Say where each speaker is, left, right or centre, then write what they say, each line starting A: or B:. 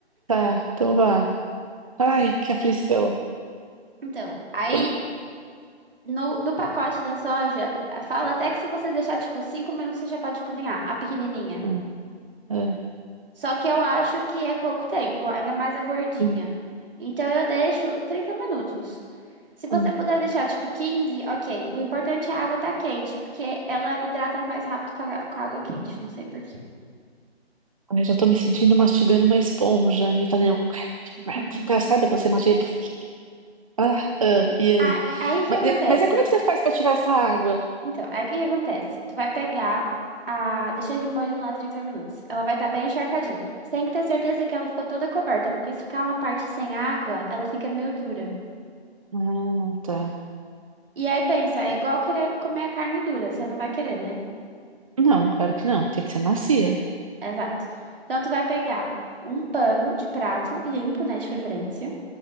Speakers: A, on the right (about 30°); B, on the right (about 55°).
A: tá, então vá. Ai, que aflição.
B: Então, aí
A: Tô...
B: no, no pacote da soja, fala até que se você deixar, tipo, 5 minutos, você já pode cozinhar a pequenininha.
A: hum, ah, ah,
B: Só que eu acho que é pouco tempo, ainda mais a gordinha.
A: hum,
B: Então eu deixo 30 minutos. Se você
A: hum.
B: puder deixar tipo 15, ok. O importante é a água tá quente, porque ela hidrata mais rápido com a, com a água quente. Não sei por quê.
A: Ai, já tô me sentindo mastigando uma esponja e fazendo. crack,
B: <laughs>
A: crack, crack. Sabe quando você mastiga? e- Ah, ah, e aí?
B: Ah, Aí que
A: Mas,
B: acontece?
A: é- mas é como é que você faz pra tirar essa água?
B: Então, aí que que acontece? Tu vai pegar a. Deixa de molho lá 30 minutos. Ela vai estar bem encharcadinha. Você tem que ter certeza que ela ficou toda coberta, porque se ficar uma parte sem água, ela fica meio dura.
A: Ah, tá.
B: E aí pensa, é igual querer comer a carne dura, você não vai querer, né?
A: Não, claro que não. Tem que ser macia.
B: Exato. Então, tu vai pegar um pano de prato limpo, né, de preferência.